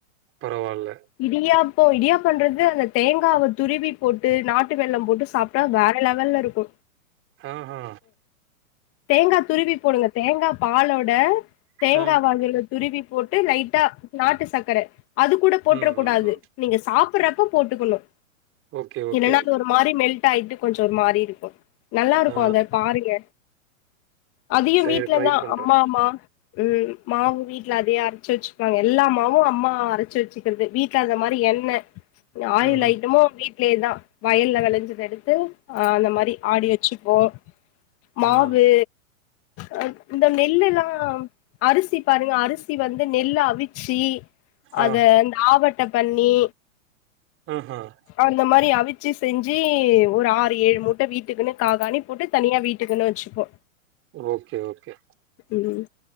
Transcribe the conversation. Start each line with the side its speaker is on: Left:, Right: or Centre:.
Right: பரவால்ல
Left: இடியாப்போ இடியாப்போன்றது அந்த தேங்காவ துருவி போட்டு நா ட்டு வெள்ளோ போட்டு சாப்ட்டா வேற லெவல்லருக்கு
Right: ஆ‌ ஹா
Left: தேங்கா துருவி போடுங்க தேங்கா பாலோட தேங்காவ
Right: ஆ.
Left: அதுல துருவி போட்டு லைட்டா நாட்டு சக்கர அது கூட போட்றக்க
Right: ம்,
Left: கூடாது
Right: ம், ம்.
Left: நீங்க சா ப்றப்ப போட்டுக்கணு
Right: ஓகே ஓகே
Left: இல்லன்னா அது ஒரு மாரி மெல்ட்டாயிட்டு கொஞ்சோ ஒரு மாரிருக்கு நல்லாருக்கு
Right: ஆ.
Left: அத பாருங்க அதயு
Right: சரி
Left: வீட்லதா
Right: ட்ரை பண்றேன்.
Left: அம்மாம்மா ம் மாவு வீட்ல அதயே அரச்சு வச்சுப்பாங்க எல்லா மாவு அம்மா அரச்சு வச்சுக்கறது வீ ட்ல அந்த மாரி எண்ண ஆயில்
Right: ம்ஹ்ம்.
Left: ஐட்டமு வீட்லயேதா வயல்ல வெளஞ்சத எடுத்து ஆ அந்த மாரி ஆடி வச்சுப்போ மாவு
Right: ம்.
Left: அ இந்த நெல்லுல்லா அரிசி பாருங்க அரிசி வந்து நெல் அவிச்சி
Right: ஆ.
Left: அத இந்த ஆவட்ட பண்ணி
Right: ம் ஹும்
Left: அந்த மாரி அவிச்சி செஞ்சு ஒரு ஆறு ஏழு மூட்ட வீ ட்டுக்குன்னு காகாணி போட்டு தனியா வீட்டுக்குன்னு வச்சுப்போ
Right: ஓகே, ஓகே.
Left: ம்